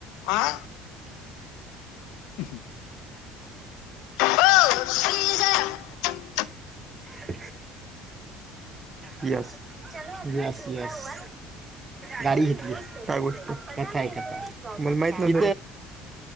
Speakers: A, on the left; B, on the right.
A: आं. <unintelligible> <inaudible>
B: <inaudible> येस, येस, येस गाडी घेतली. काय गोल कथा आहे कथा मला माहित नाही